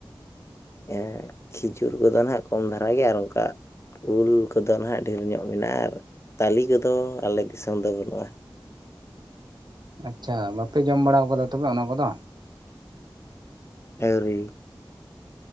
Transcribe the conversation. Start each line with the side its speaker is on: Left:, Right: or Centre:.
Left: ᱮ ᱠᱷᱤᱡᱩᱨ ᱠᱚᱫᱚ ᱱᱟᱦᱟᱜ ᱠᱚᱢ ᱫᱷᱟᱨᱟ ᱜᱮᱭᱟ ᱟᱨ ᱚᱱᱠᱟ ᱩᱞ ᱠᱚᱫᱚ ᱱᱟᱦᱟᱜ ᱰᱷᱮᱨ ᱧᱚᱜ ᱢᱮᱱᱟᱜ-ᱟ ᱟᱨ ᱛᱟᱞᱤ ᱠᱚᱫᱚ ᱟᱞᱮ ᱫᱤᱥᱚᱢ ᱫᱚ ᱵᱟᱹᱱᱩᱜ-ᱟ᱾
Right: ᱟᱪᱪᱷᱟ ᱵᱟᱯᱮ ᱡᱚᱢ ᱵᱟᱲᱟᱣ ᱠᱟᱫᱟ ᱛᱚᱵᱮ ᱚᱱᱟ ᱠᱚᱫᱚ?
Left: ᱟᱹᱣᱨᱤ᱾